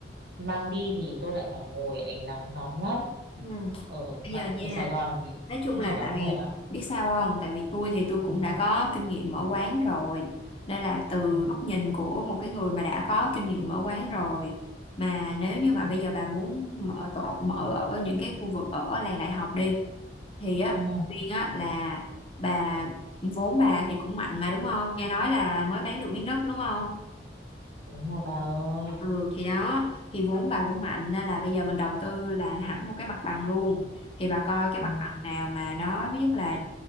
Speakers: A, on the right; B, on the left.
A: mang đi thì tôi lại phải ngồi ấy nắng nóng lắm
B: ừ.
A: ở
B: bây
A: bạn
B: giờ nha
A: ở Sài Gòn thì
B: nói chung
A: cũng
B: là
A: chỉ nóng
B: tại vì
A: thôi à
B: biết sao không tại vì tôi thì tôi
A: ừ,
B: cũng đã có kinh nghiệm mở quán rồi nên là từ
A: ừ,
B: góc nhìn của một cái người mà đã có kinh nghiệm mở quán rồi mà nếu như mà bây giờ bà muốn mở tổ mở ở những cái khu vực ở làng đại học đi thì á
A: ừ,
B: Quyên á là bà vốn bà thì cũng mạnh mà đúng không nghe nói là mới bán được miếng đất đúng không
A: đúng rồi bà ơi
B: ừ thì đó thì vốn bà cũng mạnh nên là bây giờ mình đầu tư là hẳn một cái mặt bằng luôn thì bà coi cái
A: ừ,
B: mặt bằng nào mà nó thứ nhất là